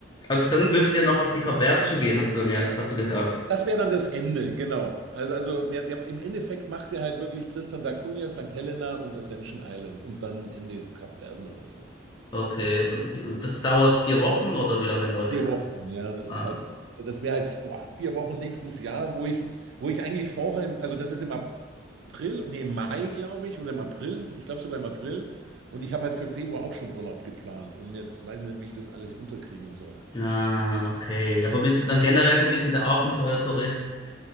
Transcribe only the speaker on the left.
also dann würdet ihr noch auf die Kapverdischen gehen, hast du mir, hast du gesagt.
Okay, und, die- und das dauert vier Wochen oder wie lange dauert
die Reise?
Ah.
Ah, okay. Aber bist du dann generell so ein bisschen der Abenteuertourist?